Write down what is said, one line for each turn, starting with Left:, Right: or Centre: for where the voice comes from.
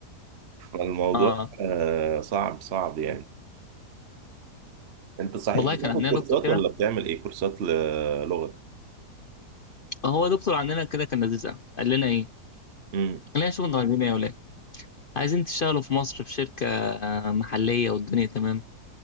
Right: فالموضوع
Left: اه
Right: آه صعب صعب يعني انت صحيح
Left: والله
Right: بتاخد
Left: كان عندنا
Right: كورسات
Left: دكتور كده
Right: ولا بتعمل ايه كورسات ل- لغه
Left: هو دكتور عندنا كده كان لذيذ قوي قال لنا ايه
Right: امم
Left: قال لنا شوفوا انتوا عايزين ايه يا ولاد عايزين تشتغلوا في مصر في شركه آه، محليه والدنيا تمام